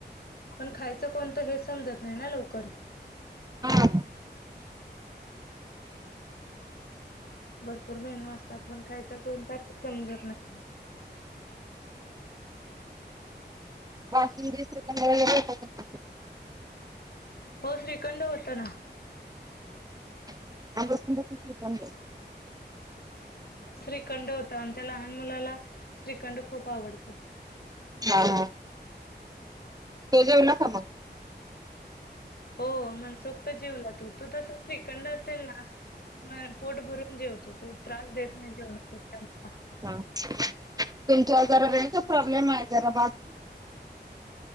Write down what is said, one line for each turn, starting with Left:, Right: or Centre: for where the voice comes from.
Left: पण खायचं कोणतं हे समजत नाही ना लवकर.
Right: हा.
Left: ह भरपूर मेनू असतात, पण खायचा कोणता? समजत नाही.
Right: बासुंदी, श्रीखंड वगैरे होतं का?
Left: हो, श्रीखंड होता ना.
Right: <inaudible> श्रीखंड
Left: श्रीखंड होतं, आमच्या लहान मुलाला श्रीखंड खूप आवडतं.
Right: हा हा. ते जेवला का मग?
Left: हो मनसोक्त जेवला तो, तो तस श्रीखंड असेल ना म पोट भरून जेवतो तो, त्रास देत नाही जेवताना कोणता.
Right: हा तुमचा जरा रेंजचा प्रॉब्लेम हाय जरा बात